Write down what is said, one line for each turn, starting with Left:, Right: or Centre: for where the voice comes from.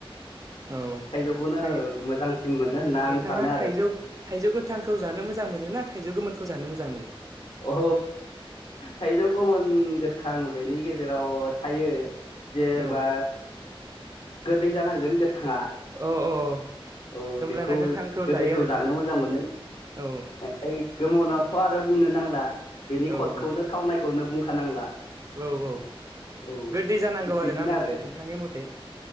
Right: औ
Left: थाइजौखौनो
Right: थाइ
Left: मोजांसिन मोनो होनना आं
Right: नोंथाङा
Left: सानो आरो
Right: थाइजौ थाइजौ गोथांखौ जानो मोजां मोनो ना थाइजौ गोमोनखौ जानो मोजां मोनो
Left: औ थाइजौ गोमोन गोथां बेनि गेजेराव थायो। जेनेबा
Right: औ
Left: गो दै जानांगोन गो थाङा
Right: अ अ
Left: औ
Right: होमब्लाना
Left: बेखौ
Right: गोथांखौ
Left: गोदैखौ
Right: जायो आरोना
Left: जानो मोजां मोनो।
Right: औ
Left: ओमफ्राय गोमोनाथ' आरो बुंनो नांला। बेनि
Right: औ
Left: खदखौनो थावनाय खौनो बुंखानांला
Right: औ औ
Left: औ
Right: गोदै जानांगौ
Left: थिग बिदिनो
Right: आरोना नों-नोंथांनि
Left: आरो
Right: मथे